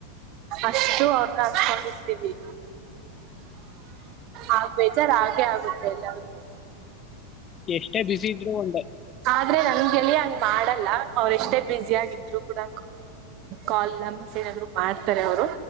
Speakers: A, on the right; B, on the left.
A: ಅಷ್ಟು ಅವ್ರ ಅಷ್ಟಾಗರ್ತೀವಿ ಆ ಬೇಜಾರ್ ಹಾಗೆ ಆಗುತ್ತೆ ಎಲ್ಲಗೂ
B: ಎಷ್ಟೇ ಬಿಸಿ ಇದ್ರು ಒೊಂಡೆ
A: ಆದ್ರೆ ನಗೆ ಹಂಗ ಮಾಡಲ್ಲ ಅವ್ರ ಎಷ್ಟೇ ಬ್ಯುಿ ಆಗಿದ್ರು ಕೂಡ ಕಲ್ ಮೆಸೇಜ್ ಆದ್ರು ಮಾಡ್ತಾರೆ ಅವರು